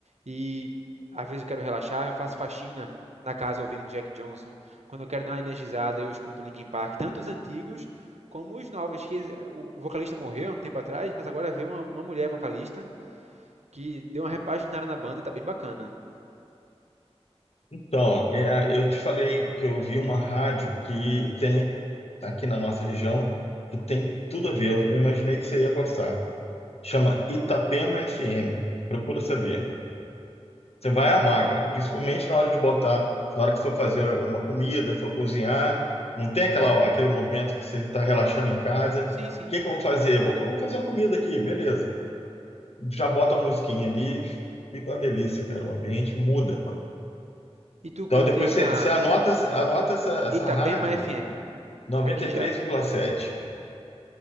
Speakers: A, on the right; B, on the left.
A: E às vezes eu quero relaxar, eu faço faxina na casa ouvindo Jack Johnson. Quando eu quero dar uma energizada, eu escuto Linkin Park, tanto os antigos como os novos, que o vocalista morreu há um tempo atrás, mas agora veio uma, uma mulher vocalista que deu uma repaginada na banda e tá bem bacana.
B: Então, é, eu te falei que eu vi uma rádio que tem aqui na nossa região que tem tudo a ver. Eu imaginei que você ia gostar. Chama Itapema FM. Procura saber. Você vai amar, cara. Principalmente na hora de botar, na hora que for fazer uma comida, for cozinhar. Não tem aquela, aquele momento que você está relaxando em casa.
A: Sim, sim.
B: O que que eu vou fazer? Vou, co- vou fazer uma comida aqui, beleza. Já bota uma musiquinha ali, fica uma delícia, cara. O ambiente muda.
A: E tu
B: Então
A: curte
B: depois
A: ir
B: você,
A: pra
B: você anota, anota essa, essa
A: Itapema
B: rádio
A: FM,
B: 93,7.
A: aqui já.
B: E três vírgula sete.